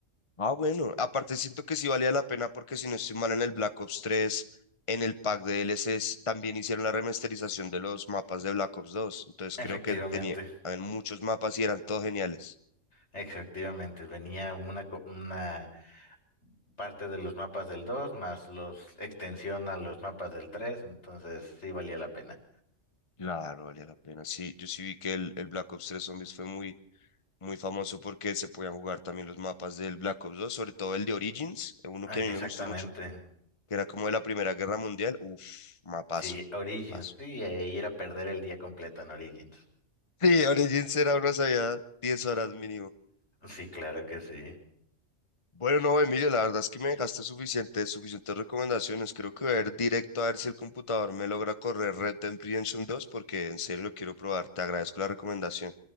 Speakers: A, on the left (about 30°); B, on the left (about 60°).
A: Ah, bueno, aparte siento que sí valía la pena porque si no estoy mal en el Black Ops tres, en el pack de DLCs también hicieron la remasterización de los mapas de Black Ops 2. entonces creo
B: Efectivamente,
A: que tenía habían muchos mapas y eran todos geniales.
B: efectivamente, venía una, co- una parte de los mapas del 2 más los extensión a los mapas del tres entonces sí valía la pena.
A: Claro, valía la pena. Sí, yo sí vi que el, el Black Ops tres Zombies fue muy, muy famoso porque se podían jugar también los mapas del Black Ops 2, sobre todo el de Origins, eh, uno
B: Ah,
A: que a
B: que
A: mí
B: Exactamente.
A: me gustó mucho, que era como de la Primera Guerra Mundial. Uf, mapazo,
B: Sí, Origins.
A: paso.
B: Y ahí era perder el día completo en Origins.
A: Sí, Origins era uno, sabía 10 horas mínimo.
B: Sí, claro que sí.
A: Bueno, no, Emilio, la verdad es que me dejaste suficiente, suficientes recomendaciones. Creo que voy a ir directo a ver si el computador me logra correr Red Dead Redemption dos, porque en serio lo quiero probar. Te agradezco la recomendación.